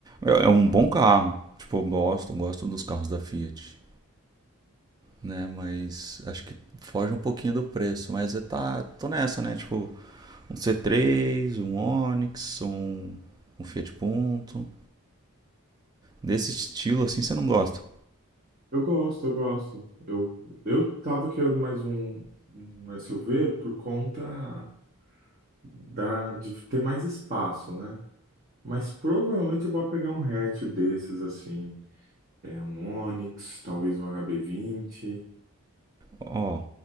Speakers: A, on the right (about 20°); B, on the right (about 40°).
A: É- É um bom carro. Tipo, eu gosto, gosto dos carros da Fiat, né? Mas acho que foge um pouquinho do preço. Mas eu tá, tô nessa, né? Tipo, um C3, um Onix, um, um Fiat Punto. Desse estilo assim você não gosta.
B: Eu gosto, eu gosto. Eu, eu tava querendo mais um, um SUV por conta da, de ter mais espaço, né? Mas provavelmente eu vou pegar um hatch desses, assim. É um Onix, talvez um HB20.
A: Ó,